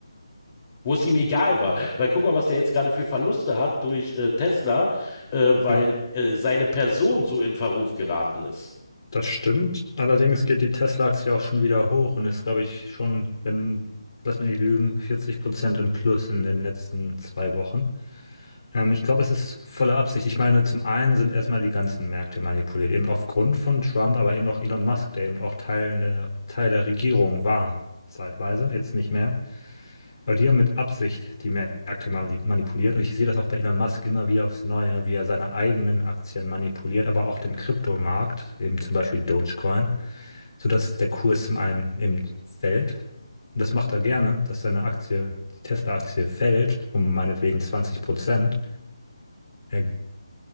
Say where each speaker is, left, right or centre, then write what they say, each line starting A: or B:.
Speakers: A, on the left; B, on the left.
A: wo es ihm egal war. Weil guck mal, was der jetzt gerade für Verluste hat durch äh, Tesla, äh, weil
B: Ja,
A: äh, seine Person so in Verruf geraten ist.
B: das stimmt. Allerdings geht die Tesla-Aktie auch schon wieder hoch und ist, glaube ich, schon, wenn, lass mich nicht lügen, 40 Prozent im Plus in den letzten zwei Wochen. Ähm, ich glaube, es ist volle Absicht. Ich meine, zum einen sind erstmal die ganzen Märkte manipuliert, eben aufgrund von Trump, aber eben auch Elon Musk, der eben auch Teil, in der, Teil der Regierung war, zeitweise, jetzt nicht mehr. Aber die haben mit Absicht die Märkte mali- manipuliert. Und ich sehe das auch bei Elon Musk immer wieder aufs Neue, wie er seine eigenen Aktien manipuliert, aber auch den Kryptomarkt, eben zum Beispiel Dogecoin, sodass der Kurs zum einen eben fällt. Und das macht er gerne, dass seine Aktie, die Tesla-Aktie fällt, um meinetwegen 20 Prozent. Er